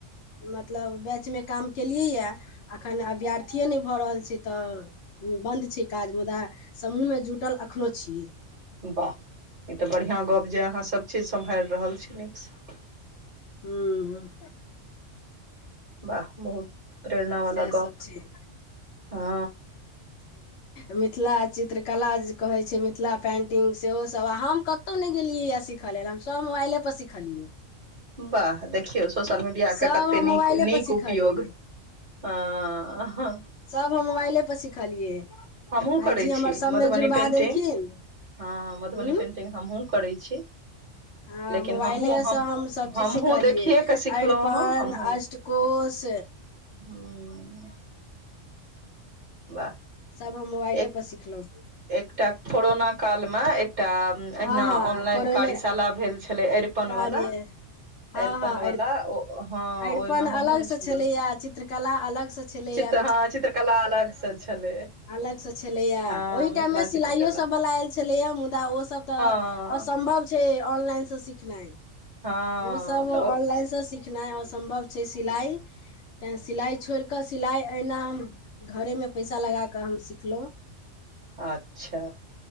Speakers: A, on the left (about 65°); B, on the right (about 40°).
A: मतलब बैच में काम केलियै यए अखन अभ्यर्थीए नहि भऽ रहल छै। तऽ बन्द छै। काज मुदा समूह में जुटल एखनो छियै
B: वाह ई तऽ बढ़िआ गप जे अहाँ सभ चीज संभल रहल छी नीक सँ
A: हूँ
B: वाह बहुत प्रेरणा वाला
A: सएह
B: गप
A: सभ छै
B: हा
A: मिथिला चित्रकला जे कहै छै। मिथिला पेंटिंग सेहो सभ आ हम कतहु नहि गेलियै य सिख ल हम सभ मोबाइले पर सिखलियै
B: वाह देखियौ सोशल मीडिया
A: सब
B: के कते
A: हम
B: नीक
A: मोबाइले
B: नीक
A: पर सिखलियै
B: उपयोग हाँ हाँ
A: सभ हम मोबाइले पर सिखलियै
B: हमहूँ
A: भायजी
B: करैत छी
A: हमर सबमे
B: मधुबनी
A: जुड़बा
B: पेन्टिंग
A: देलखिन
B: हँ मधुबनी
A: उं
B: पेन्टिंग हमहूँ करैत छी
A: हँ
B: लेकिन
A: मोबाइले
B: हमहूँ हम
A: से सब
B: हमहूँ
A: चीज सिखलियै
B: देखिए कऽ सिखलहुँ
A: अरिपन
B: हमहूँ
A: अष्टकोश
B: हूँ बाह
A: सब हम मोबाइले
B: एक
A: पर सिखलहुँ
B: एकटा कोरोना कोरोना न कल में एकटा अहिना
A: हँ हँ
B: ऑनलाइन
A: कोरोने
B: कार्यशाला भेल छले अरिपन
A: कार्य
B: वाला
A: हँ
B: अरिपन
A: हँ
B: वला ओ हँ
A: अरिपन
B: ओहि में हमहुँ
A: अलगसँ
B: छलहुँ
A: छलैए चित्रकला अलगसँ छलैए
B: चित्र हँ चित्रकला अलगसँ छलै
A: अलग से छलैए
B: हँ
A: ओहि
B: मिथिला
A: टाइम मे
B: चित्रकला
A: सिलाइयोसभवला आयल छलैएा मुद्दा ओसभ तऽ
B: हँ
A: सम्भव छै ऑनलाइन से सिखनाइ
B: हँ
A: उसब
B: तऽ
A: ऑनलाइन
B: ओ
A: से सिखनाइ असम्भव छै सिलाइ ते सिलाइ छोड़ कऽ सिलाइ एना हम घरेमे पैसा लगा कऽ हम सिखलो
B: अच्छा